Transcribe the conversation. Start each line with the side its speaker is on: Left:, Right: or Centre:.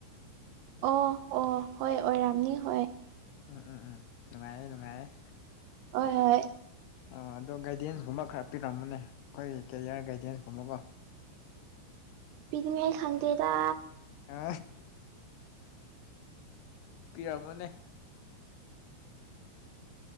Right: ꯑꯣ ꯑꯣ ꯍꯣꯏ ꯑꯣꯏꯔꯝꯅꯤ ꯍꯣꯏ꯫
Left: ꯎꯝ ꯎꯝ ꯎꯝ ꯅꯨꯡꯉꯥꯏꯔꯦ ꯅꯨꯡꯉꯥꯏꯔꯦ꯫
Right: ꯑꫭ ꯍꯣꯏ ꯍꯣꯏ꯫
Left: ꯑ ꯑꯗꯣ ꯒꯥꯏꯗꯦꯟꯁ ꯀꯨꯝꯕ ꯈꯔ ꯄꯤꯔꯝꯕꯅꯦ ꯑꯩꯈꯣꯏꯒꯤ ꯀꯦꯔꯤꯌ꯭ꯔ ꯒꯥꯏꯗꯦꯟꯁ ꯀꯨꯝꯕꯀꯣ꯫
Right: ꯄꯤꯅꯤꯡꯉꯥꯏ ꯈꯪꯗꯦꯗ꯫
Left: ꯑ ꯄꯤꯔꯝꯃꯣꯅꯦ꯫